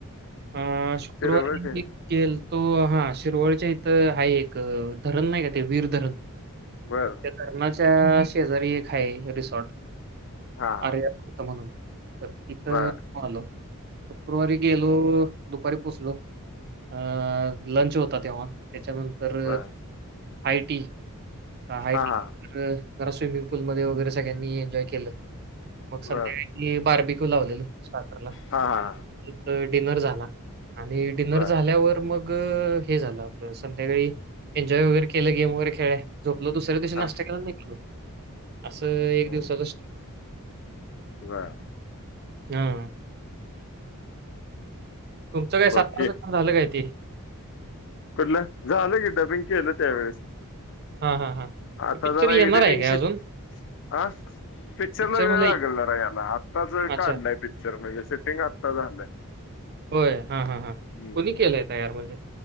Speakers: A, on the right; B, on the left.
A: ह शुक्रवारी
B: शिरवळ ते
A: <unintelligible> तो हा शिरवळच्या इथं हाये एक धरण नाही का ते वीर धरण.
B: बर
A: त्या धरणाच्या शेजारी एक हाय रिसॉर्ट
B: हा हा
A: आर्या म्हणून तर तिथं
B: बर
A: जाऊन आलो. शुक्रवारी गेलो दुपारी पोचलो अ लंच होता तेव्हा. त्याच्यानंतर
B: बर
A: हाय टी हायटी
B: हा हा
A: नंतर जरा स्विमिंग पूलमध्ये वगैरे सगळ्यांनी एन्जॉय केलं. मगं संध्याकाळी
B: बर
A: बार्बेक्यू लावलेल स्टार्टरला.
B: हा हा
A: नंतर डिनर झाला आणि डिनर
B: बर
A: झाल्यावर मगं ग हे झालं आपलं संध्याकाळी एन्जॉय वगैरे केलं गेम वगैरे खेळले. झोपलो दुसऱ्या दिवशी
B: हा
A: नाश्ता करून निघलो असं
B: हम्म.
A: एक दिवसाच
B: बर
A: हा. तुमचं काय <unintelligible>
B: बाकी
A: झालं काय ते?
B: कुठलं? झालं की डबिंग केलं त्यावेेळेस
A: हां, हां, हां.
B: आता
A: ते पिक्चर
B: जरा
A: येणार
B: एडिटिंग
A: आहे काय
B: शिक,
A: अजून?
B: आ पिक्चरला
A: पिक्चर
B: वेळ
A: मधलं
B: लागल जरा यायला. आत्ताच
A: अच्छा.
B: काढलय पिक्चर म्हणजे सेटिंग आत्ता झालंय
A: होय हा हा हा
B: हम्म.
A: कूणी केलंय तयार म्हणजे?